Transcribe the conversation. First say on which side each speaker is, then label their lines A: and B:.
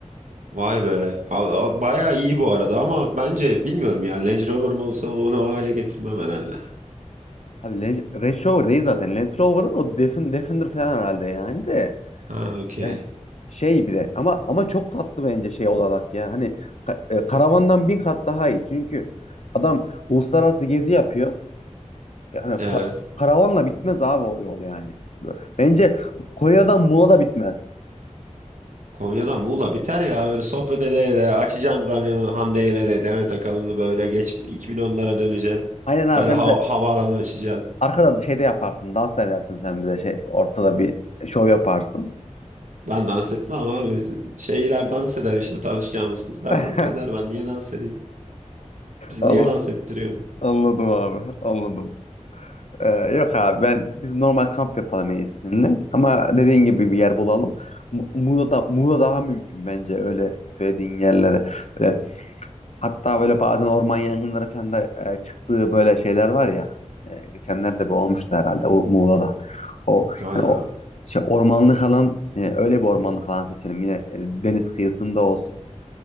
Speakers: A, on the right (about 90°); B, on the left (about 65°).
A: Vay be. A- a- Bayağı iyi bu arada ama bence bilmiyorum ya. Range Rover'ım olsa onu o hale getirmem herhalde.
B: Abi Len- Range Rover değil zaten. Land Rover'ın o Defen- Defender falan herhalde yani de.
A: Ha okey.
B: E, Şey bir de ama ama çok tatlı bence şey olarak ya. Hani ka- e, karavandan bin kat daha iyi. Çünkü adam uluslararası gezi yapıyor. Yani ka-
A: Evet.
B: karavanla bitmez abi o yol yani. Bence Konya'dan Muğla da bitmez.
A: Konya'dan Muğla biter ya. Öyle sohbet ede ede açacaksın radyonu Hande Yener'e, Demet Akalın'ı böyle geç 2010'lara döneceksin.
B: Aynen abi
A: Böyle
B: sen
A: hava,
B: bir de
A: havaalanı açacaksın.
B: arkada da şey de yaparsın. Dans da edersin sen bir de şey ortada bir şov yaparsın.
A: Ben dans etmem abi. Şeyler dans eder işte tanışacağımız kızlar
B: <laughs>
A: dans eder. Ben niye dans edeyim? Bizi
B: Anla-
A: niye dans ettiriyorsun?
B: Anladım abi. Anladım. Ee, yok abi ben biz normal kamp yapalım en iyisi seninle. Ama dediğin gibi bir yer bulalım. Mu- Muğla'da Muğla daha mümkün bence öyle söylediğin yerlere. Böyle, hatta böyle bazen orman yangınları falan da e, çıktığı böyle şeyler var ya. E, geçenlerde bir olmuştu herhalde o Muğla'da. O
A: Galiba.
B: yani o şey ormanlık alan e, öyle bir ormanlık alan seçelim. Yine e, deniz kıyısında olsun.